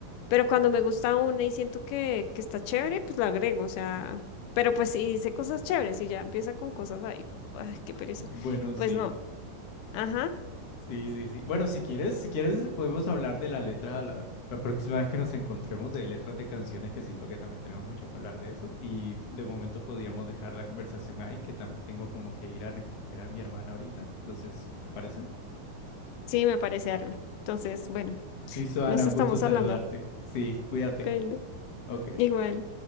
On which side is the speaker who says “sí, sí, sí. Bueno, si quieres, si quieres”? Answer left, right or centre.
Left